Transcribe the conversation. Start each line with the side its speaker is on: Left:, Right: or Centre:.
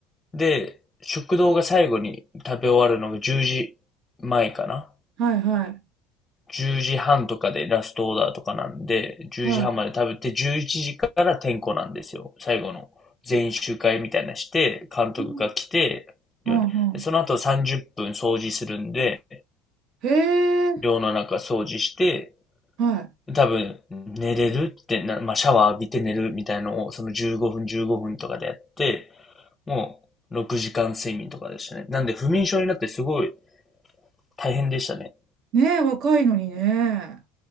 Left: で、食堂が最後に食べ終わるのが10時前かな。
Right: はいはい。
Left: 10時半とかでラストオーダーとかなんで、10時半まで食べて、
Right: はい。
Left: 11時から点呼なんですよ。最後の全員集会みたいなして、監督が来て、
Right: うん
Left: 寮に。
Right: うんうん
Left: でその後30分掃除するんで、
Right: へえ、
Left: 寮の中掃除して、
Right: は
Left: 多分寝れるってな、まあ、シャワー浴びて寝るみたいのを、その15分15分とかでやって、もう6時間睡眠とかでしたね。なんで不眠症になってすごい大変でしたね。
Right: い。ねえ、若いのにね。